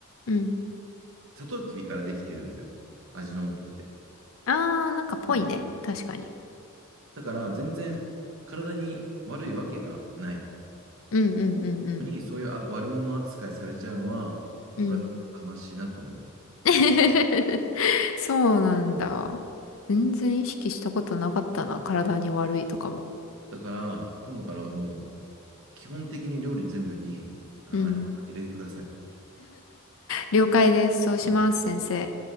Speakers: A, on the left; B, on the right.
A: うん。
B: サトウキビからできてるんだよ。味の素って。
A: ああ、なんかぽいね。
B: うん。
A: 確かに。
B: だから全然体に悪いわけがない
A: うんうんうんうん。
B: のに、そういうあ悪者扱いされちゃうのは、
A: うん
B: 俺は悲しいなと思う。
A: <laughs> そうなんだ。全然意識したことなかったな。体に悪いとかも。
B: だから、今度からもう基本的に料理全部に、あの、
A: うん。
B: 味ごと入れてください。
A: 了解です。そうします、
B: はい
A: 先生。